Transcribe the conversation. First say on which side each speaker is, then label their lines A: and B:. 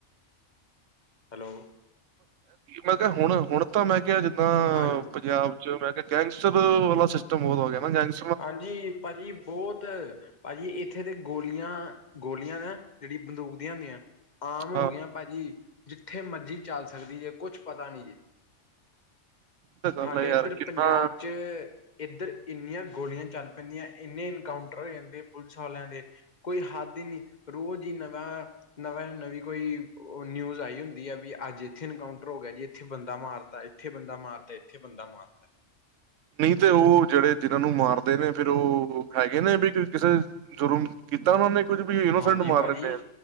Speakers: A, on the left; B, on the right.
A: ਹੈਲੋ।
B: ਮੈਂ ਕਿਹਾ, ਹੁਣ-ਹੁਣ ਤਾਂ ਮੈਂ ਕਿਹਾ ਜਿੱਦਾਂ,
A: ਹਾਂਜੀ।
B: ਪੰਜਾਬ 'ਚ ਮੈਂ ਕੇ ਗੈਂਗਸਟਰ, ਵਾਲਾ ਸਿਸਟਮ ਬਹੁਤ ਹੋ ਗਿਆ ਨਾ, ਗੈਂਗਸ
A: ਹਾਂਜੀ, ਭਾਜੀ ਬਹੁਤ, ਭਾਜੀ ਇੱਥੇ ਦੇ ਗੋਲੀਆਂ-ਗੋਲੀਆਂ ਦਾ ਜਿਹੜੀ ਬੰਦੂਕ ਦੀਆਂ ਹੁੰਦੀਆਂ, ਆਮ
B: ਹਾਂ
A: ਹੋ
B: ਉਹੀ
A: ਗੀਆਂ ਭਾਜੀ ਜਿੱਥੇ ਮਰਜ਼ੀ ਚੱਲ ਸਕਦੀ ਜੇ, ਕੁਛ ਪਤਾ ਨੀ ਜੇ
B: ਤਾਂ ਗੱਲ
A: ਹਾਡੇ
B: ਹੈ ਯਾਰ
A: ਇੱਧਰ
B: ਕਿੰਨਾ
A: ਪੰਜਾਬ 'ਚ, ਇੱਧਰ ਇੰਨੀਆਂ ਗੋਲੀਆਂ ਚੱਲ ਪੈਂਦੀਆਂ, ਇੰਨੇ ਇਨਕਾਊਂਟਰ ਹੋ ਜਾਂਦੇ ਪੁਲਿਸ ਆਲਿਆਂ ਦੇ ਕੋਈ ਹੱਦ ਈ ਨਹੀਂ, ਰੋਜ਼ ਈ ਨਵਾਂ ਨਵਾਂ-ਨਵੀਂ ਕੋਈ ਓ ਨਿਊਜ ਆਈ ਹੁੰਦੀ ਆ, ਵੀ ਅੱਜ ਏਥੇ ਇਨਕਾਊਂਟਰ ਹੋ ਗਿਆ ਜੀ, ਏਥੇ ਬੰਦਾ ਮਾਰਤਾ ਏਥੇ ਬੰਦਾ ਮਾਰਤਾ, ਏਥੇ ਬੰਦਾ ਮਾਰਤਾ
B: ਨਈ ਤੇ ਓ ਜੇੜੇ ਜਿਨਾਂ ਨੂੰ ਮਾਰਦੇ ਨੇ, ਫੇਰ ਓ ਹੈਗੇ ਨੇ ਵੀ ਕਿਸੇ ਜੁਰਮ ਕੀਤਾ ਓਨਾਂ ਨੇ ਕੁੱਝ ਵੀ, ਇਨੋਸੈਂਟ
A: ਹਾਂਜੀ
B: ਮਾਰ
A: ਭਾਜੀ
B: ਰੈਂਨੇ ਆ।